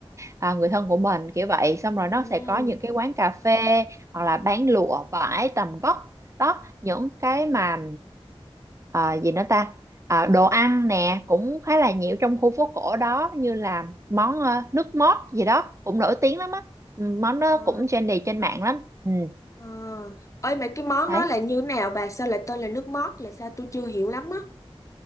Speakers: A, on the right (about 30°); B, on the left (about 30°).
A: à, người thân của mình kiểu vậy xong rồi
B: Ừ.
A: nó sẽ có những cái quán cà phê hoặc là bán lụa vải tầm vóc đó những cái mà à, gì nữa ta à, đồ ăn nè cũng khá là nhiều trong khu phố cổ đó như là món ờ, nước mót gì đó cũng nổi tiếng lắm á Ừ, món đó
B: Ờ.
A: cũng trendy trên mạng lắm ừ,
B: Ờ. Ơi mà cái món
A: đấy
B: đó là như nào bà? Sao lại tên là nước mót là sao tôi chưa hiểu lắm á.